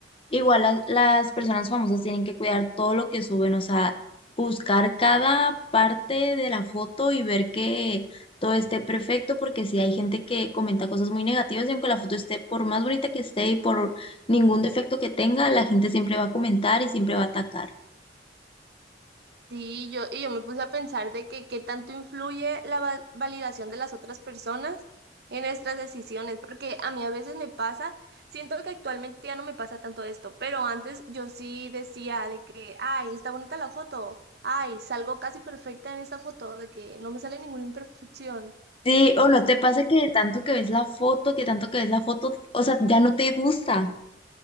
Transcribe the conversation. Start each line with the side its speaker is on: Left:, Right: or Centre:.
Left: Igual las, las personas famosas tienen que cuidar todo lo que suben, o sea, buscar cada parte de la foto y ver que todo esté perfecto, porque si hay gente que comenta cosas muy negativas y aunque la foto esté por más bonita que esté y por ningún defecto que tenga, la gente siempre va a comentar y siempre va a atacar.
Right: Sí, yo, y yo me puse a pensar de que qué tanto influye la va- validación de las otras personas en nuestras decisiones, porque a mí a veces me pasa, siento que actualmente ya no me pasa tanto esto, pero antes yo sí decía de que, ay, está bonita la foto, ay, salgo casi perfecta en esa foto, de que no me sale ninguna imperfección.
Left: Sí, o no te pasa que de tanto que ves la foto, que tanto que ves la foto, o sea, ya no te gusta.